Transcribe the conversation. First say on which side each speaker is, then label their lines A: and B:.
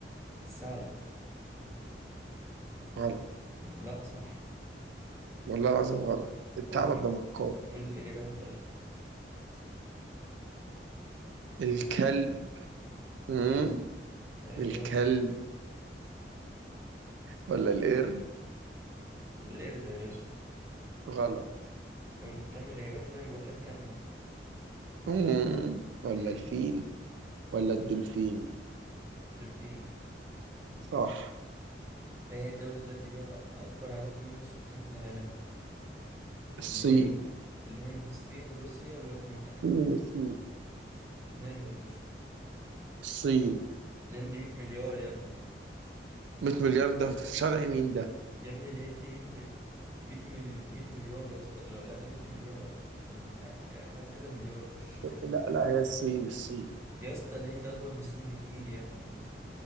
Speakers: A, on the right; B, on the right.
A: الثعلب
B: غلط
A: لا صح
B: والله العظيم غلط الثعلب
A: قول ال-
B: ده مكار
A: قول الاجابات طيب
B: الكلب مم.
A: مم. ايوه
B: الكلب ولا القرد
A: القرد يا باشا
B: غلط
A: قول كمل الاجابات يا ابني انا بقول لك كمل
B: مم.
A: <laughs>
B: ولا الفيل ولا الدولفين
A: الدولفين
B: صح
A: ما هي الدولة التي بها أكبر عدد من السكان في العالم؟
B: الصين
A: الهند الهند الصين روسيا الولايات المتحدة
B: مين الصين
A: الهند يا باشا
B: الصين
A: اللي يدي 100 مليار يا ابني
B: 100 مليار ده في شرع مين ده
A: يا ابني اللي يدي 100 مل... 100 مل... 100 مليار يا اسطى لا لا، الهند مليار او مح... ك- ح- كذا مليار مش حاجه
B: لا لا هي الصين الصين
A: يا اسطى الهند اكبر من الصين بكتير يا ابني